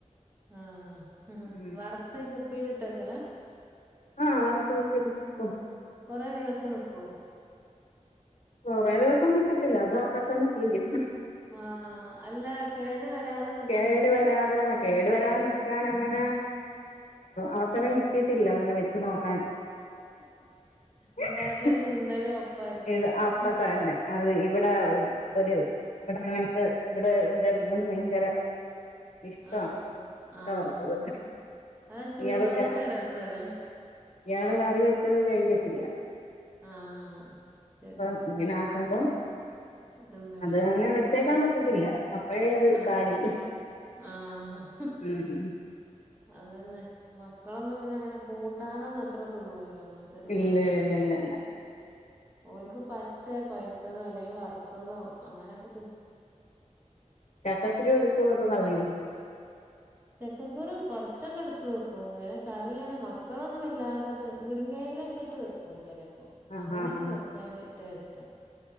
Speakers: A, on the right (about 15°); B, on the left (about 65°).
A: ആഹ് ഹഹ
B: ഉം.
A: വറുത്ത് കുപ്പിലിട്ട് വെക്കല?
B: ആ വറുത്ത് വെക്കും
A: കൊറേ ദിവസം നിക്കോ?
B: കൊറേ ദിവസം നിക്കത്തില്ല അത് അപ്പ തന്നെ തീരും.
A: ആഹ് അല്ല കേടു വരാതെ നിക്കൂലല്ലോ
B: കേടു വരാതെ കേടു വരാനിക്കാനങ്ങ ങ്ങനെ അവസരം കിട്ടിയിട്ടില്ല അങ്ങനെ വെ ച്ച് നോക്കാൻ ഹ്
A: ഇണ്ടാക്കലും
B: ഹ്
A: തിന്നലും ഒപ്പായിരിക്കുംല്ലേ
B: എഴ പ്പ തന്നെ അത് ഇവിടെ ഒരു അങ്ങനത്തെ ഇവിടെ എന്റെ മോൻ ഭയങ്കര ഇഷ്ടമാണ്
A: ആഹ്
B: ചക്ക
A: ആഹ്
B: വറുത്തത്
A: ശരി. അത് ചൂടോട്ക്ക
B: ഇയാൾക്ക്
A: രസല്ലേ.
B: ഇയാള് കറി വെച്ചത് കഴിക്കത്തില്ല.
A: ആഹ് ശരി
B: പ്പ ഇങ്ങനെ ആക്കുമ്പോ?
A: തിന്നുലേ
B: അതന്നെ വെച്ചേക്കാൻ പറ്റത്തില്ല അപ്പഴേ അത്
A: ആഹ്
B: കാലി.
A: ആഹ്
B: ഉം ഹും.
A: അതന്നെ മക്കളൊന്നും പിന്നെ അങ്ങനെ കൂട്ടാനൊന്നു അത്ര തിന്നൂലല്ലോ. മ- ചെറിയ
B: ഇല്ലേ
A: മക്കളും
B: ല ല്ല ല്ല.
A: ഓൽക്ക് പച്ച പൈത്തതോ അല്ലെങ്കി വറുത്തതോ അങ്ങനൊക്കെ
B: ചക്കക്കുരു എടുക്കുവോ അതോ കളയോ?
A: ചക്കക്കൂരു കൊറച്ചൊക്കെ എടുത്ത് വെക്കും ഇങ്ങനെ കറിയനെ മക്കളൊന്നും വല്ലാതത് മുരിങ്ങ ഇ യിലൊക്കെ ഇട്ട് വെക്കും ചിലപ്പോക്കേ
B: ആഹ്
A: അങ്ങനൊക്കെ
B: ആഹ് ആഹ്
A: വെച്ചാൽ ടേസ്റ്റ.